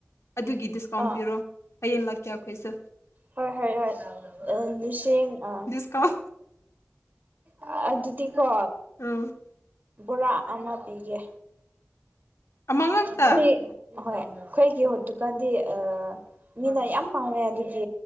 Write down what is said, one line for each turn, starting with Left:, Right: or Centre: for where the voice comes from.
Left: ꯑꯗꯨꯒꯤ ꯗꯤꯁꯀꯥꯎꯟ
Right: ꯑꯥ
Left: ꯄꯤꯔꯣ ꯍꯌꯦꯡ ꯂꯥꯛꯀꯦ ꯑꯩꯈꯣꯏꯁꯨ
Right: ꯍꯣꯏ ꯍꯣꯏ ꯍꯣꯏ ꯑ ꯂꯤꯁꯤꯡ ꯑ
Left: ꯀꯥꯎ
Right: ꯑꯥ ꯑꯗꯨꯗꯤꯀꯣ
Left: ꯎꯝ
Right: ꯕꯣꯔꯥ ꯑꯃ ꯄꯤꯒꯦ
Left: ꯑꯃ ꯉꯛꯇ
Right: ꯑꯈꯨꯢ ꯑꯍꯣꯏ ꯑꯩꯈꯣꯏꯒꯤ ꯍꯧꯗꯤꯛ ꯀꯥꯟꯗꯤ ꯑ ꯃꯤ ꯌꯥꯝ ꯄꯥꯝꯃꯦ ꯑꯗꯨꯒꯤ